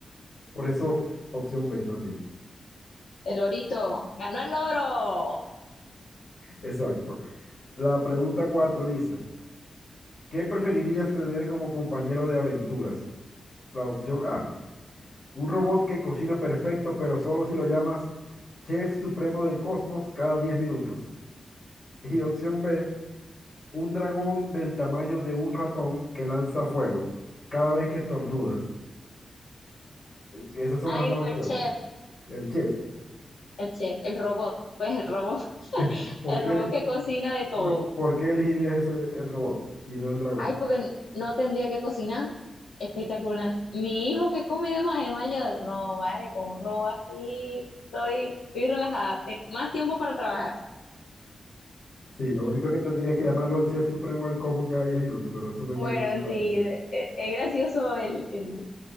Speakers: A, on the left; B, on the left.
A: Por eso, opción B también.
B: el orito, ganó el oro.
A: Exacto. La pregunta 4 dice, ¿qué preferirías tener como compañero de aventuras? La opción A, un robot que cocina perfecto, pero solo si lo llamas Chef Supremo del Cosmos cada 10 minutos. <laughs> Y opción B, un dragón del tamaño de un ratón que lanza fuego cada vez que estornudas. Eh, Esas son
B: Ay,
A: las dos
B: no,
A: opciones.
B: el chef,
A: El chef.
B: el chef, el robot, pues el
A: Po-
B: robot, <laughs>
A: ¿Por
B: el
A: qué,
B: robot que cocina de todo.
A: por, por qué elegirías eso, el robot y no el dragón?
B: Ay, porque no tendría que cocinar. Espectacular. Mi hijo que come de más, el mayor, no vale, con un robo así, estoy, estoy relajada. Te- más tiempo para trabajar.
A: Sí, lo único que tendrías que llamarlo Chef Supremo del Cosmos cada 10 minutos, pero eso no es
B: Bueno,
A: mayor detalle.
B: sí, de- e- es gracioso el, el